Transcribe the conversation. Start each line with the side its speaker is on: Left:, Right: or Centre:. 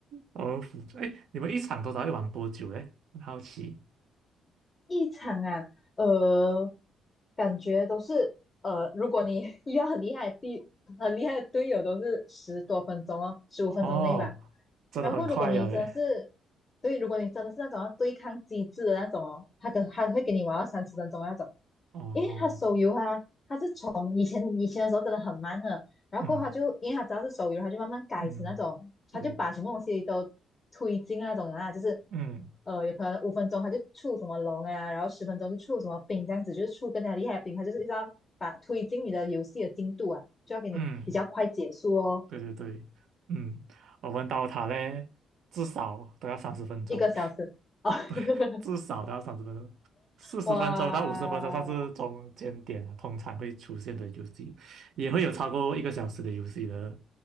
Right: 我哦，辅助，哎，你们一场多少会玩多久嘞？很好奇
Left: 一场啊，呃，感觉都是呃，如果你 <laughs> 遇到很厉害的队，很厉害的队友，都是十多分钟哦，十五分钟内吧。
Right: 哦，真的很快呀嘞。
Left: 然后如果你真的是，对，如果你真的是那种要对抗机制的那种哦，他跟他会给你玩到三十分钟的那种。
Right: 哦，
Left: 因为他手游啊，他是从以前以前的时候真的很慢的，然后过后他就因为他只要是手游，
Right: 嗯
Left: 他就慢慢改成那种，
Right: 嗯，
Left: 他就把什么东西都推进那种啊，
Right: 对，
Left: 就是
Right: 嗯
Left: 呃，有可能五分钟他就出什么龙啊，然后十分钟就出什么兵这样子，就是出更加厉害的兵，他就是一直要把推进你的游戏的进度啊，就要给你比较快结束哦，
Right: 嗯，对对对，嗯，我问到他嘞，至少都要三十分钟，
Left: 一个小时哦，
Right: <laughs>
Left: <laughs>
Right: 对，至少都要三十分钟，四十分钟到五十分钟算是中间点啊，
Left: 哇
Right: 通常会出现的游戏，也会有超过一个小时的游戏的，